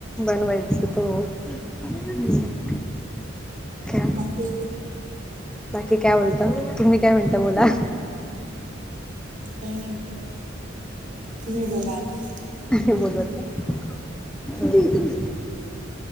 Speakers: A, in the centre; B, on the right.
A: बनवायचं तो <unintelligible> काय
B: बाकी आणि.
A: बाकी काय बोलता? तुम्ही काय म्हणता बोला?
B: काही नाही तुम्ही बोला आता?
A: काय बोलू आता? <unintelligible>